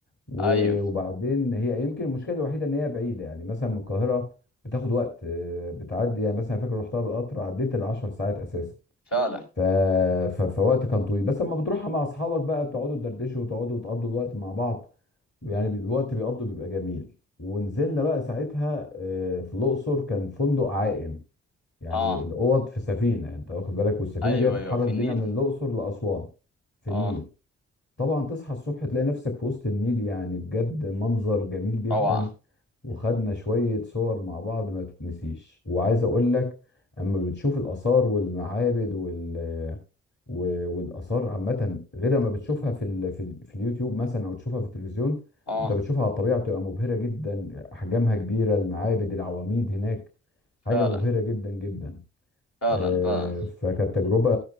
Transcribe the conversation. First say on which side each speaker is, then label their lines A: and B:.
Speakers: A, on the left; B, on the left.
A: و-
B: ايوه
A: وبعدين هي يمكن المشكلة الوحيدة إن هي بعيدة يعني مثلا من القاهرة بتاخد وقت آه، بتعدي يعني مثلا فاكر رحتها بالقطر عديت العشر ساعات أساسا
B: فعلا
A: ف... ف... فوقت كان طويل بس لما بتروحها مع أصحابك بقى بتقعدوا تدردشوا وتقعدوا وتقضوا الوقت مع بعض يعني بي- الوقت بيقضوا بيبقى جميل ونزلنا بقى ساعتها آه، في الأقصر كان فندق عائم يعني
B: اه
A: الاوض في سفينه يعني انت واخد بالك والسفينه
B: ايوه
A: دي هتتحرك
B: ايوه في النيل
A: بينا من الاقصر لاسوان في
B: اه
A: النيل طبعا تصحى الصبح تلاقي نفسك في وسط النيل يعني بجد منظر جميل جدا
B: روعه
A: وخدنا شويه صور مع بعض ما تتنسيش وعايز اقول لك اما بتشوف الاثار والمعابد وال و- والاثار عامه غير ما بتشوفها في ال... في, ال- في اليوتيوب مثلا او تشوفها في التلفزيون
B: اه
A: انت بتشوفها على الطبيعه بتبقى مبهره جدا احجامها كبيره المعابد العواميد هناك حاجه
B: فعلا
A: مبهره جدا جدا
B: فعلا
A: آه،
B: فعلا
A: فكانت تجربة